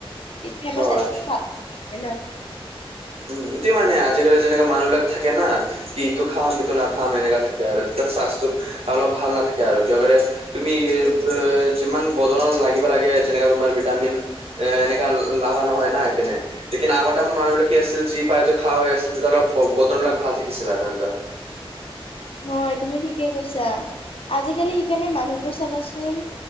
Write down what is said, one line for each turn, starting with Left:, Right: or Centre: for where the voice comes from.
Left: তেতিয়াহে আমাৰ স্বাস্থ্যটো
Right: অ
Left: ভাল হ'ব ন'?
Right: উম, এতিয়া মানে আজিকালি যেনেকা মানুহবিলাক থাকে না কি এইটো খাম, ইটো নাখাম এনেকা থাকে আৰু তেতিয়া স্বাস্থ্যটো অলপ ভাল নাথাকে আৰু কিয় কৰে তুমি যিমান বদলত লাগিব লাগে, যেনেকা তোমাৰ তামিল এ, এনেকা লাভা নহয় ন' এখনে, লেকিন আমাৰ তাতে মানুহবিলাক কি আছিল, যি পায় তো খায়ে আছিল, তেতিয়াহ'লে বক-বটনবিলাক ভাল থাকিছিলে আৰু সিহঁতৰ।
Left: হয়, তুমি ঠিকে কৈছা। আজিকালি সেইকাৰণে মানুহবোৰ চাবাচোন,